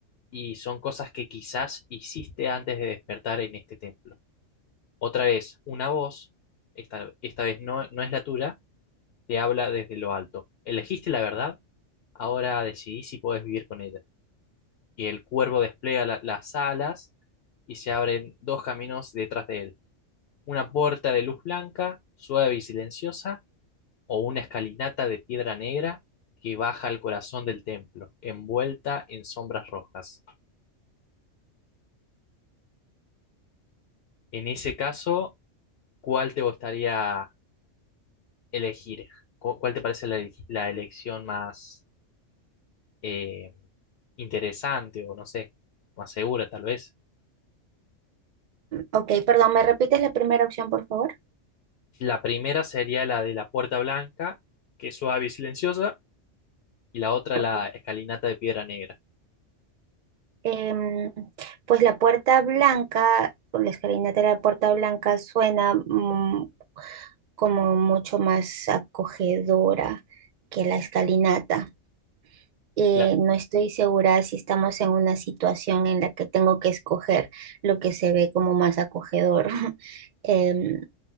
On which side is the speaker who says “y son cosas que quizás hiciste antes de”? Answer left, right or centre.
Left